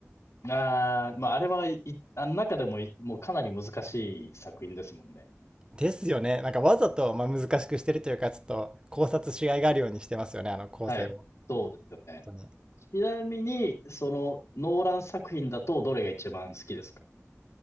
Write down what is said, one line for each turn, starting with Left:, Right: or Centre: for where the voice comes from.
Left: ああ、まあ、あれはい、あの中でもい、もうかなり難しい作品ですもんね。
Right: ですよね。なんかわざと、まあ、難しくしてるというか、ちょっと考察しがいがあるようにしてますよね、あの構成を。
Left: はい。
Right: 本
Left: そうですよね。
Right: 当に。
Left: ちなみに、その、ノーラン作品だとどれが一番好きですか